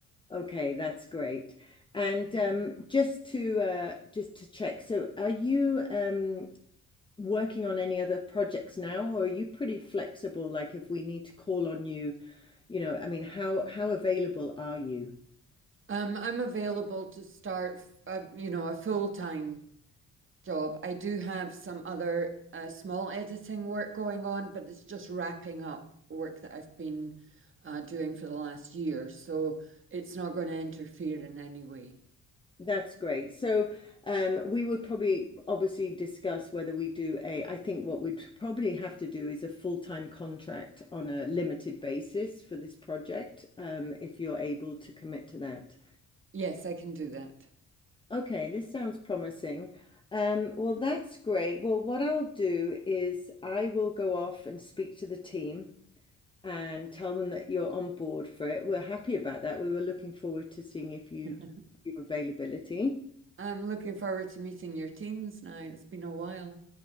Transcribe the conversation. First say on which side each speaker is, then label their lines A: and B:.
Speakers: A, on the left (about 15°); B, on the right (about 40°).
A: Okay, that's great. And um, just to uh, just to check, so are you um, working on any other projects now, or are you pretty flexible? Like if we need to call on you, you know, I mean, how how available are you?
B: Um, I'm available to start, uh, you know, a full-time job. I do have some other uh, small editing work going on, but it's just wrapping up work that I've been uh, doing for the last year. So it's not going to interfere in any way.
A: That's great. So, um, we would probably obviously discuss whether we do a, I think what we'd probably have to do is a full-time contract on a limited basis for this project, um, if you're able to commit to that.
B: Yes, I can do that.
A: Okay, this sounds promising. Um, well, that's great. Well, what I'll do is I will go off and speak to the team and tell them that you're on board for it. We're happy about that. We were looking forward to seeing if you'd
B: <laughs>
A: your availability.
B: I'm looking forward to meeting your teams now. It's been a while.